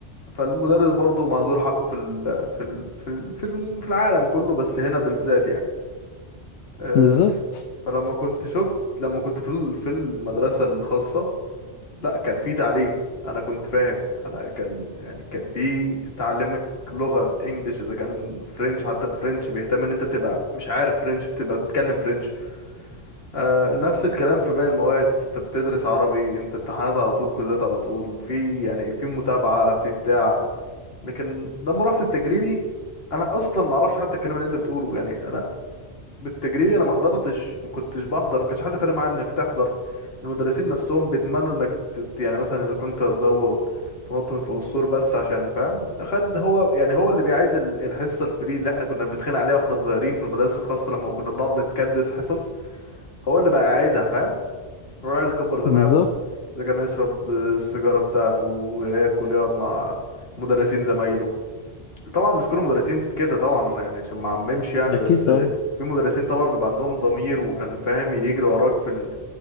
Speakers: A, on the left; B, on the left.
A: فالمدرس برضه مهدور حقه في ال... في ال... في ال... في الم- في العالم كله بس هنا بالذات يعني آه،
B: بالظبط
A: فلما كنت شفت لما كنت في ال- في المدرسة الخاصة لا كان في تعليم انا كنت فاهم انا كان يعني كان في تعلمك لغة انجليش اذا كان فرنش حتى الفرنش بيهتم ان انت تبقى مش عارف فرنش بتبقى بتتكلم فرنش آه نفس الكلام في باقي المواد انت بتدرس عربي انت امتحانات على طول كوزات على طول في يعني في متابعة في بتاع لكن لما رحت التجريبي انا اصلا ما اعرفش حتى الكلام اللي انت بتقوله يعني انا بالتجريبي انا ما حضرتش ما كنتش بحضر ما كانش حد فارق معايا انك تحضر المدرسين نفسهم بيتمنوا انك تت... يعني مثلا اذا كنت هتزوغ تنط من فوق السور بس عشان فاهم خد هو يعني هو اللي بيعايز ال- الحصه الفري اللي احنا كنا بنتخانق عليها واحنا صغيرين في المدارس الخاصه لما كنا بنقعد نتكدس حصص هو اللي بقى عايزها فاهم هو اللي عايز يكبر دماغه
B: بالظبط
A: اذا كان يشرب آه، السيجاره بتاعته وياكل يقعد مع مدرسين زمايله طبعا مش كل المدرسين كده طبعا انا يعني عشان ما عممش يعني
B: اكيد
A: بس
B: طبعا
A: في مدرسين طبعا بيبقى عندهم ضمير وكان فاهم يجري وراك في ال...